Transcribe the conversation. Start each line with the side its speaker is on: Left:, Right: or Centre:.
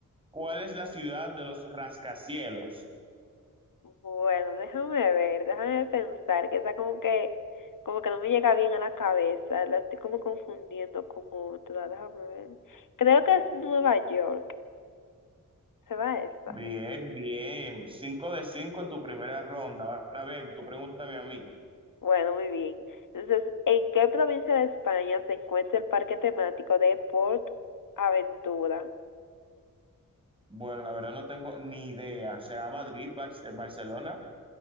Right: ¿Cuál es la ciudad de los rascacielos?
Left: Bueno, déjame ver, déjame pensar, que esa como que, como que no me llega bien a la cabeza, la estoy como confundiendo con otra, déjame ver. Creo que es Nueva York, ¿será esa?
Right: Bien, bien. 5 de 5 en tu primera ronda. Ahora, a ver, tú pregúntame a mí.
Left: Bueno, muy bien. Entonces, ¿en qué provincia de España se encuentra el parque temático de Port Aventura?
Right: Bueno, la verdad no tengo ni idea. ¿Será Madrid, Bar- Barcelona?